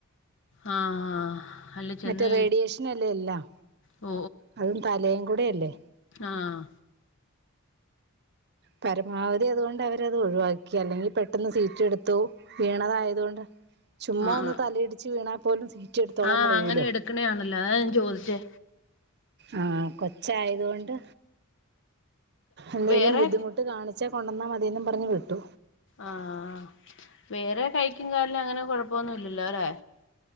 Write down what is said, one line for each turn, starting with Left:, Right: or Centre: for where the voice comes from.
Left: ആ അല്ല ചെന്ന്
Right: മറ്റേ റേഡിയേഷനല്ലേ എല്ലാം
Left: ഓ
Right: അതും തലയും കൂടെയല്ലെ
Left: ആഹ്
Right: പരമാവധി അത്കൊണ്ട് അവരത് ഒഴുവാക്കി അല്ലെങ്കി പെട്ടെന്ന് സീറ്റി എട്ത്തു വീണതായത്കൊണ്ട് ചു ചുമ്മാ
Left: ആ
Right: ഒന്ന്
Left: ആ
Right: തലയിടിച്ച് വീണാ പോലും സീറ്റി എടുത്തോളാം
Left: ആ
Right: പറയൂലാേ
Left: അങ്ങനെ എടുക്കണയാണല്ലോ അതാ ഞാൻ ചോദിച്ചേ
Right: ആഹ് കൊച്ചായത് കൊണ്ട് എന്തേലും
Left: വേറെ
Right: ബുദ്ധിമു ട്ട് കാണിച്ചെ കൊണ്ടെന്നാ മതീന്നും പറഞ്ഞ് വ്ട്ടു
Left: ആഹ് ആഹ് വേറെ കൈക്കും കാലിനും അങ്ങനെ കൊഴപ്പൊന്നുംല്ലല്ലോ അലേ?